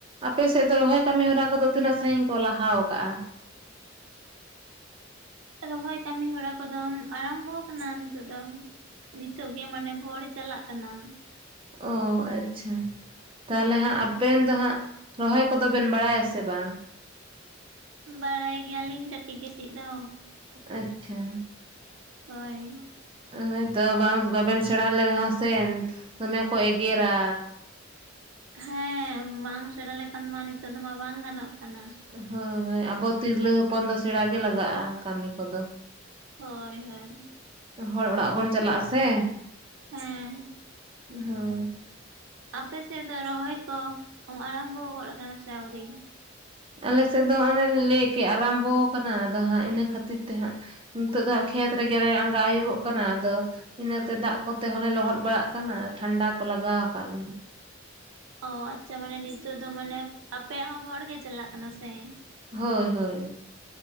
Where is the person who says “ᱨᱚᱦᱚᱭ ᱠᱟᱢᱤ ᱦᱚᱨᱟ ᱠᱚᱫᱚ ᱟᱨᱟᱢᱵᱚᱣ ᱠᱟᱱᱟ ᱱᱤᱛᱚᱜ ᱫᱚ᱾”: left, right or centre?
Right